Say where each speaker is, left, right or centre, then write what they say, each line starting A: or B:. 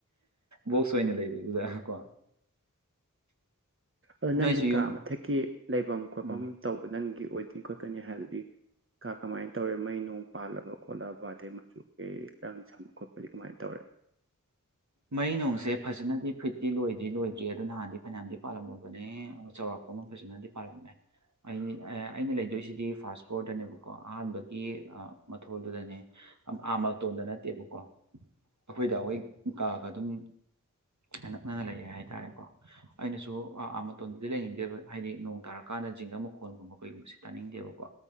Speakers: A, on the right; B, on the right.
A: ꯕꯣꯛꯁ ꯑꯣꯏꯅ ꯂꯩꯕꯗꯨꯗ ꯀꯣ
B: ꯑ ꯅꯪꯒꯤ
A: ꯅꯣꯏꯁꯨ
B: ꯀꯥ
A: ꯌꯨꯝ
B: ꯃꯊꯛꯀꯤ ꯂꯩꯐꯝ ꯈꯣꯠꯐꯝ
A: ꯎꯝ
B: ꯇꯧꯕ ꯅꯪꯒꯤ <unintelligible> ꯀꯃꯥꯏꯅ ꯇꯧꯔꯦ ꯃꯩ ꯅꯣꯡ ꯄꯥꯜꯂꯕ ꯈꯣꯠꯂꯛꯑꯕ ꯑꯗꯩ ꯃꯆꯨ ꯑꯦ ꯔꯪ ꯁꯪ ꯕ ꯈꯣꯠꯄꯗꯤ ꯀꯃꯥꯏꯅ ꯇꯧꯔꯦ
A: ꯃꯩ ꯅꯨꯡꯁꯦ ꯐꯖꯅꯗꯤ ꯐꯤꯠꯇꯤ ꯂꯣꯏꯗ꯭ꯔꯤ ꯂꯣꯏꯗ꯭ꯔꯤ ꯑꯗꯨ ꯅꯍꯥꯟꯗꯤ ꯐꯅꯌꯥꯝꯗꯤ ꯄꯥꯜꯂꯝꯃꯕꯅꯦ ꯆꯥꯎꯔꯥꯛꯄ ꯑꯃ ꯐꯖꯅꯗꯤ ꯄꯥꯜꯂꯝꯃꯦ ꯑꯩ ꯑꯩꯅ ꯂꯩꯗꯣꯏꯁꯤꯗꯤ ꯐꯥꯔꯁ ꯐ꯭ꯂꯣꯔꯗꯅꯦꯕꯀꯣ ꯑꯍꯥꯟꯕꯒꯤ ꯃꯊꯣꯜꯗꯨꯗꯅꯦ ꯑꯥ ꯃꯇꯇꯣꯟꯗ ꯅꯠꯇꯦꯕꯀꯣ ꯑꯩꯈꯣꯏꯗ ꯍꯣꯏ ꯀꯛꯑꯒ ꯑꯗꯨꯝ ꯅꯛꯅꯅ ꯂꯩꯔꯦ ꯍꯥꯏꯇꯥꯔꯦꯀꯣ ꯑꯩꯅꯁꯨꯥ ꯃꯇꯣꯟꯗꯨꯗꯤ ꯂꯩꯅꯤꯡꯗꯦꯕ ꯍꯥꯏꯗꯤ ꯅꯣꯡ ꯇꯥꯔꯀꯥꯟꯗ ꯖꯤꯡ ꯑꯃ ꯃꯈꯣꯟꯜꯒꯨꯝꯕ ꯀꯩꯒꯨꯝꯕꯕꯁꯤ ꯇꯥꯅꯤꯡꯗꯦꯕꯀꯣ